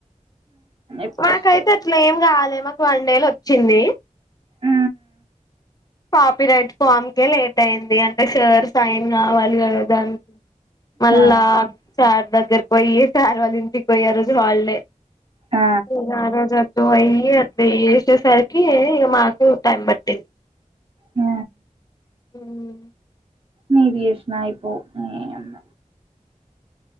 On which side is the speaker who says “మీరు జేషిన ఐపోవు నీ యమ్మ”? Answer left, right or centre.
Right